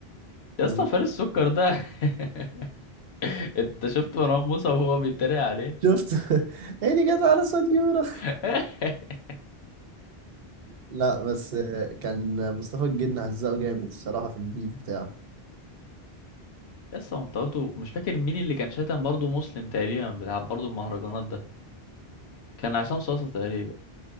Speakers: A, on the left; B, on the right.
A: يا
B: كان
A: اسطى فارس
B: جامد.
A: السكر ده <laughs> انت شفت مروان موسى وهو بيتريق عليه
B: شفت <laughs> عيني جت على صنيورة
A: <laughs>
B: لا بس آه، كان مصطفى الجن هزقه جامد الصراحه في البيف بتاعه
A: يا اسطى هو انت برضه مش فاكر مين اللي كان شاتم برضه مسلم تقريبا بتاع برضه المهرجانات ده كان عصام صاصا تقريبا